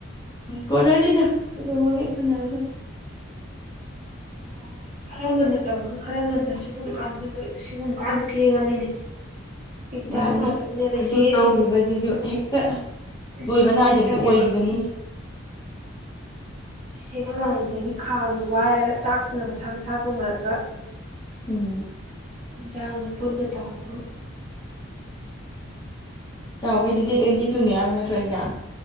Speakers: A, on the left (about 20°); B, on the right (about 35°).
A: ꯀꯣꯟꯅꯔꯤꯗ ꯀꯩꯗꯧꯕꯒ ꯎꯅꯔꯗꯣ
B: ꯑꯗꯨ ꯣꯏ ꯈꯔ ꯉꯟꯅ ꯇꯧꯔꯒ ꯈꯔ ꯉꯟꯅꯁꯨ ꯁꯤꯒꯨꯝꯕ ꯀꯥꯟꯗ ꯑꯗꯨꯣꯏ ꯁꯤꯒꯨꯝꯕ ꯀꯥꯟꯁꯨ ꯊꯦꯡꯉꯕꯅꯤꯅꯦ ꯑꯦꯛꯖꯥꯝ
A: ꯃꯥꯅꯦ
B: ꯉꯥꯛꯇꯅꯤꯅ ꯑꯗꯩ
A: ꯑꯗꯨ
B: ꯆꯦ
A: ꯇꯧꯔꯤꯕꯁꯤꯗ
B: ꯁꯤꯁꯦ
A: ꯍꯦꯛꯇ
B: ꯎꯝ
A: ꯂꯣꯏꯕ ꯅꯥꯏꯗꯕꯤꯗ
B: ꯀꯨꯏꯅ ꯆꯪꯉꯦꯕ
A: ꯑꯣꯏꯈꯤꯕꯅꯤꯅꯤ
B: ꯏꯆꯦ ꯊꯧꯔꯥꯅꯤꯗꯒꯤ ꯈꯥꯡꯗꯣ ꯋꯥꯏꯔꯒ ꯆꯥꯛꯅ ꯃꯁꯥ ꯃꯁꯥ ꯊꯣꯡꯅꯔꯒ
A: ꯎꯝ
B: ꯆꯥꯡꯅ ꯄꯨꯟꯅ ꯇꯧꯋ <unintelligible>
A: ꯆꯥꯎꯕꯩꯗꯤ ꯗꯦꯠ ꯇ꯭ꯋꯦꯟꯇꯤ ꯇꯨꯅꯦ ꯍꯥꯏꯕ ꯅꯠꯇ꯭ꯔꯣ ꯑꯦꯛꯖꯥꯝ